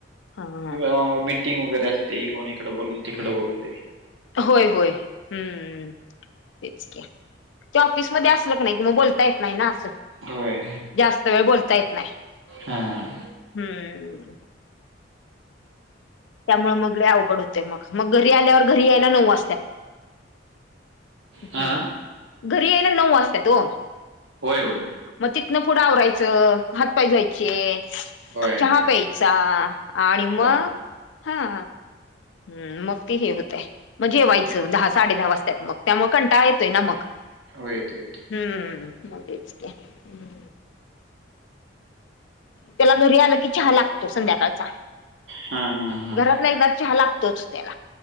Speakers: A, on the left (about 70°); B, on the right (about 85°).
A: ह. ह.
B: आओ मी टिंग वगैरे असते, कोण इकडं बोलव -तिकडं बोलवतयं.
A: होय, होय, हूं... तेच की, ते ऑफिसमध्ये असलं की नाय कि मग बोलता येत नाही ना असं.
B: होय.
A: जास्त वेळ बोलता येत नाही.
B: हां.
A: हूं... त्यामुळं मग लई अवघड हुतंय मग, मग घरी आल्यावर घरी यायला नऊ वाजत्यात हुं..
B: हां.
A: घरी यायला नऊ वाजत्यात वो.
B: होय, होय.
A: मग तिथनं पुढं आवरायचं, हात- पाय धुवायचे,
B: होय.
A: चहा प्यायचा. आणि मग
B: होय.
A: हां... ह मग ते हे हुतय, मग जेवायचं
B: होय.
A: दहा -साडे दहा वाजत्यात मग त्यामुळं कंटाळा येतोय ना मग.
B: हो येतोय, येतोय.
A: हुं.. मग तेच की. हूं.... त्याला घरी आलं की चहा लागतो संध्याकाळचा.
B: हां, हां, हा....
A: घरातला एकदा चहा लागतोच त्याला